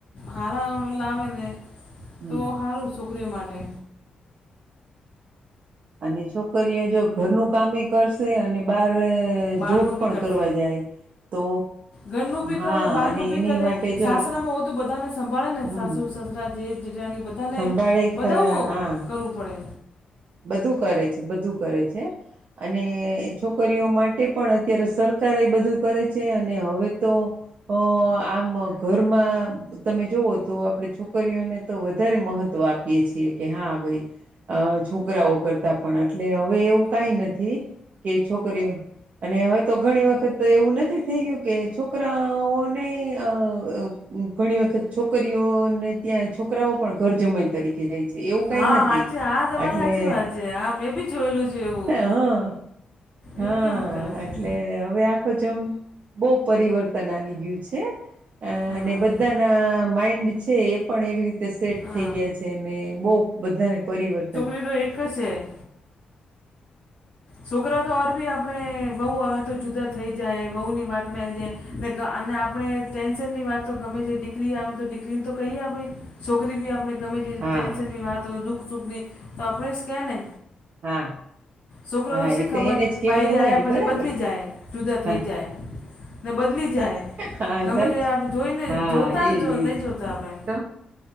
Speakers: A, on the left; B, on the right.
A: હારા લાવે ને
B: હમ
A: તો હારું સોકરીઓ માટે.
B: અને છોકરીઓ જો ઘરનું કામ કરશ કરશે અને બાર
A: બહારનું
B: જોબ
A: બી
B: પણ
A: કરશે
B: કરવા જાય. તો
A: ઘરનું ભી
B: હા
A: કરે બારનું
B: અને
A: ભી
B: એની
A: કરે
B: માટે
A: સાસરામે
B: જો
A: હોવ તોું બધાને સંભાળે ને
B: હમ
A: સાસુ સસરા, જેટ, જેટાણી બધાને
B: સંભાળે ખરા
A: બધાઉ
B: હા
A: કરવું પડે.
B: બધું કરે છે બધું કરે છે. અને છોકરીઓ માટે પણ અત્યારે સરકાર એ બધું કરે છે અને હવે તો અ આમ ઘરમાં તમે જોઓ તો આપણેે છોકરીઓને તો વધારે મહત્વ આપીએ છીએ કે હા ભાઈ અ છોકરાઓ કરતા પણ એટલે હવે એવું કઈ નથી કે છોકરીઓ અને હવે તો ઘણી વખત એવું નથી થઈ ગયું કે છોકરાઓને અ ઘણી વખત છોકરીઓને ત્યાં છોકરાઓ પણ ઘર જમાય તરીકે જાય છે. એવું કઈ
A: હા
B: નથી
A: સાચે હા તમારી
B: એટલે
A: સાચી વાત છે હા મેં બી જોયેલું છે એવું
B: હા. હા
A: એવું કેમ કરે
B: એટલે
A: છે
B: હવે આખો જમ બહું પરિવર્તન આવી ગયું છે. છે. અ
A: હા
B: અને બધાના માઈન્ડ છે એ પણ એવી રીતે સેટ
A: હા
B: થઈ ગયા છે, અને બહ બધાને પરિવર્તન.
A: પ તો એક કશે છે. છોકરા તો અર બી આપણે વહુ હવે તો જુદા થઈ જાય વહુ ની વાત મે આવી જાય. ને અને આપણે ટેન્શન ની વાત તો ગમે છે દીકરી આવેને તો દીકરીને તો કહીએ આપ. છોકરી બી આપણે ગમે તે
B: હા
A: ટેન્શનની વાત હોય દુઃખ સુખની, તો આપણે જ ક ને.
B: હા.
A: છોકરો
B: હા
A: શી
B: એ
A: ખબર
B: તો એને જ કેવાનું
A: બાયરે આવ્યા
B: હોય ને
A: પછી
B: બરાબર
A: બદલી
B: છે,
A: જાય જુદા
B: હા.
A: થઈ જાય ને બદલી જાય
B: હા
A: ગમે
B: સચ
A: તે આપણે જોઈને
B: હા
A: જોતા ને
B: એજ
A: જો
B: એજ,
A: નહીં જોતા આપણે
B: તો